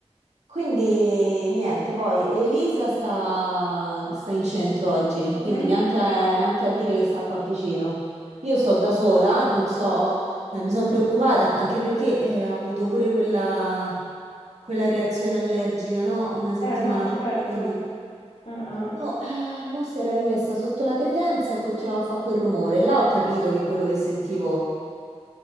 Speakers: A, on the right (about 85°); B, on the left (about 85°).
A: Quindi niente, poi Elisa sta, sta in centro oggi,
B: Mhm.
A: quindi neanche a,
B: Sì,
A: neanche a dire che sta qua vicino. Io sto da sola, non so, eh, mi sono preoccupata anche perché eh, ha avuto pure quella, quella reazione allergica, no? Una settimana
B: Eh, no, certo.
A: fa, quindi
B: Eh, eh,
A: mo, eh, mo si era rimessa sotto la credenza e continuava a fare quel rumore. Là ho capito che quello che sentivo